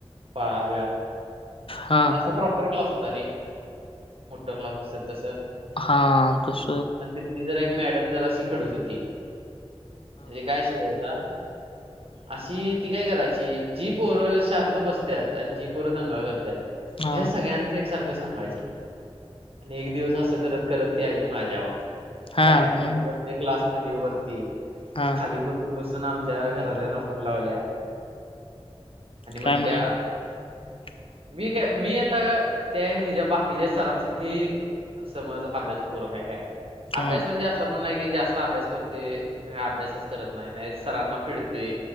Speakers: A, on the right; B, on the left.
A: फळाबिळा
B: हा
A: असा प्राॅपर क्लास होता रे मोठ्ठा क्लास असतात तस
B: हां, तस
A: तिथली जरा एक मॅडम जर अशी खडुस होती म्हणजे काय विषय व्हायचा
B: ह <inaudible>
A: अशी ती काय करायची जी पोरं शांत बसत्यात आणि जी पोर दंगा करत्यात-
B: हा
A: ह्या सगळ्यां एक सारख सांगायची आणि एक दिवस अस करत करत ती आली माझ्यावर
B: हा
A: काय, आणि
B: मग
A: मी बसलोय क्लासमध्ये वरती,
B: हा
A: खाली बस बसून आमच्या घरतल्याना फोन लावल्या, आणि म्हणत्या
B: काय <inaudible>
A: मी काय, मी आता त्या हिच्या् बाकीच्या सरांसाठी समज अभ्यासु पोरगं हाय काय,
B: हा
A: अभ्यास म्हणजे अस अस पण नाही की, जास्त अभ्यास करतय, अभ्यासच करत नाही, नाही सरांना पिडतय